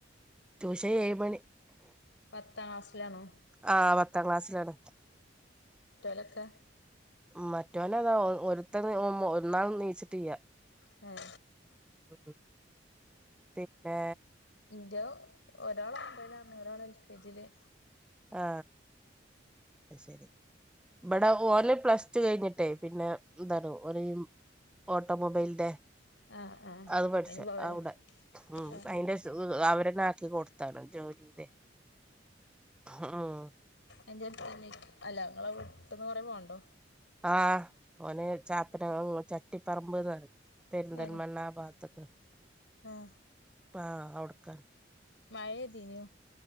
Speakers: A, in the centre; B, on the left.
A: ടൂഷൻ ഏയ് മണി
B: പത്താം ക്ലാസ്സിലാണോ
A: ആ പത്താം ക്ലാസ്സിലാണ്
B: ലക്ക്
A: മറ്റവന അതാ ഒരുത്ത ഒന്നാൾ നീയിച്ചിട്ട് ചെയ്യാ
B: മം
A: മ പിന്നെ
B: ഇന്റെയ ഒരാള് ഒമ്ബൈലാണ് ഒരാള് എൽ കെ ജിയില്
A: ആ അത് ശരി ഇവിടെ ഓൽ പ്ലസ് ടു കഴിഞ്ഞിട്ടേ പിന്നെ എന്താണ് ഓന ഓട്ടോമോബൈൽ ഡ
B: ആഹ് ആഹ്
A: അത് പഠിച്ചവിടെ
B: അയിന് പോവല്ല
A: ഉ
B: ആഹ്
A: അയിന്റെ അവ എടെ ആാക്കി കൊടുത്താണ് ജോലിയുടെ ആ
B: എന്റെറെ അ അല്ല നിങ്ങള വീട്ടന്ന് കുറേ പോവണ്ടോ
A: ആഹ് ഓനെ ചാപ്പിന ചട്ടി പറമ്പ് പെരുന്തന്മണാ
B: ഏഹ്
A: പാത്തക്ക്
B: ആഹ്
A: ആ അവിടുക്ക
B: മഴേതിന്യു